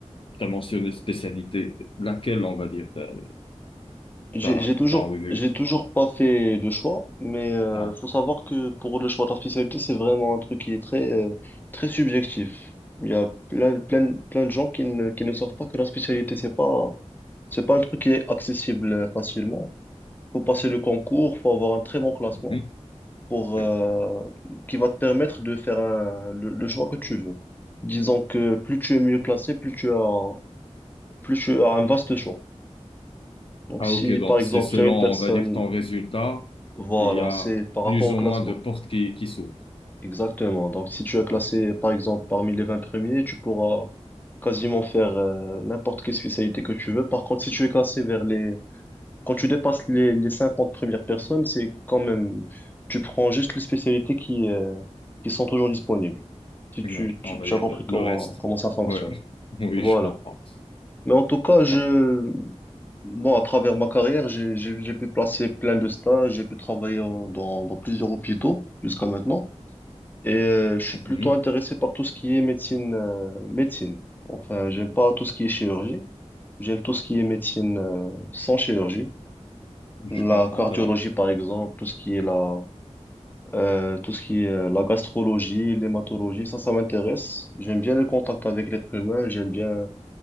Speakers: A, on the left; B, on the left.
A: as, mentionné spécialité. Laquelle, on va dire, t'as,
B: J'ai
A: t'as,
B: j'ai toujours,
A: t'as en revue?
B: j'ai toujours pas fait de choix, mais euh,
A: Ah,
B: faut savoir que pour le choix de la spécialité, c'est vraiment un truc qui est très, euh, très subjectif. Il y a plein, plein, plein de gens qui ne, qui ne savent pas que la spécialité, c'est pas, c'est pas un truc qui est accessible euh, facilement. Faut passer le concours, faut avoir un très bon classement
A: mhm.
B: pour, euh,
A: Oui.
B: qui va te permettre de faire un- le, le choix que tu veux. Disons que plus tu es mieux classé, plus tu as, plus tu as un vaste choix. Donc
A: Ah,
B: si
A: ok, donc
B: par exemple,
A: c'est selon,
B: il y a une
A: on
B: personne
A: va dire, ton résultat,
B: Voilà,
A: il y a
B: c'est par
A: plus
B: rapport au
A: ou
B: classement.
A: moins de portes qui, qui s'ouvrent.
B: Exactement. Donc, si tu as classé,
A: Ah, ok.
B: par exemple, parmi les 20 premiers, tu pourras quasiment faire euh, n'importe quelle spécialité que tu veux. Par contre, si tu es classé vers les... Quand tu dépasses les, les 50 premières personnes, c'est quand même... Tu prends juste les spécialités qui, euh, qui sont toujours disponibles. Si
A: Oui,
B: tu, tu,
A: on va
B: tu
A: dire
B: as compris
A: le,
B: comment,
A: le reste.
B: comment ça fonctionne.
A: Oui, <laughs> oui,
B: Voilà.
A: je comprends.
B: Mais en tout cas, je,
A: Bah,
B: bon, à travers ma carrière, j'ai, j'ai, j'ai pu placer plein de stages, j'ai pu travailler euh, dans, dans plusieurs hôpitaux jusqu'à maintenant. Et euh, je suis
A: mhm.
B: plutôt intéressé par tout ce qui est médecine, euh, médecine. Enfin, j'aime pas tout ce qui est chirurgie. J'aime tout ce qui est médecine euh, sans chirurgie.
A: Je
B: La
A: comprends.
B: cardiologie,
A: c'est bon.
B: par exemple, tout ce qui est la, euh, tout ce qui est euh, la gastrologie, l'hématologie, ça, ça m'intéresse. J'aime bien le contact avec l'être humain. J'aime bien,